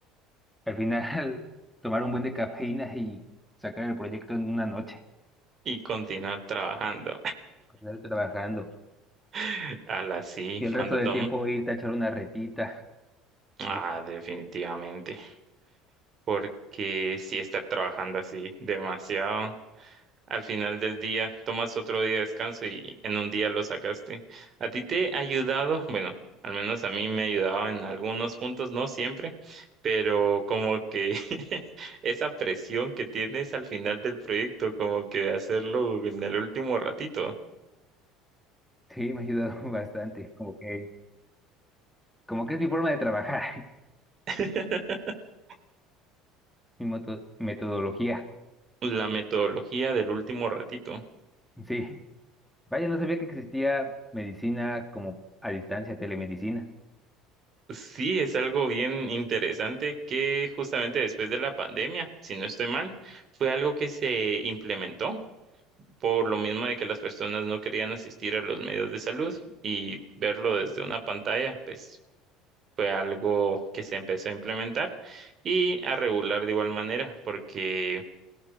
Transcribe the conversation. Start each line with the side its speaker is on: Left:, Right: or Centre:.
Centre: al final <laughs> tomar un buen de cafeína y sacar el proyecto en una noche,
Right: y continuar trabajando.
Centre: con trabajando.
Right: <laughs> A la sí,
Centre: Y el
Right: cuando
Centre: resto del
Right: tomo.
Centre: tiempo irte a echar una retita,
Right: Ah,
Centre: algo.
Right: definitivamente. Porque sí, estar trabajando así demasiado. Al final del día tomas otro día de descanso y en un día lo sacaste. ¿A ti te ha ayudado? Bueno, al menos a mí me ha ayudado en algunos puntos, no siempre, pero como que <laughs> esa presión que tienes al final del proyecto, como que hacerlo en el último ratito.
Centre: Sí, me ha ayudado <laughs> bastante, como que, como que es mi forma de trabajar,
Right: <laughs>
Centre: <laughs> mi moto- metodología,
Right: La metodología del último ratito.
Centre: sí. Vaya, no sabía que existía medicina como a distancia, telemedicina.
Right: Sí, es algo bien interesante que justamente después de la pandemia, si no estoy mal, fue algo que se implementó. por lo mismo de que las personas no querían asistir a los medios de salud y verlo desde una pantalla, pues fue algo que se empezó a implementar y a regular de igual manera, porque